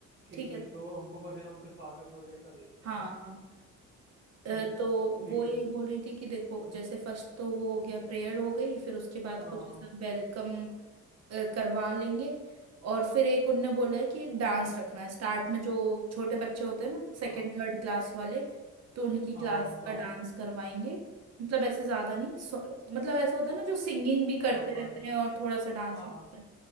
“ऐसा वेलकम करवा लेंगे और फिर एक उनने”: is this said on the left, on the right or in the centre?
Right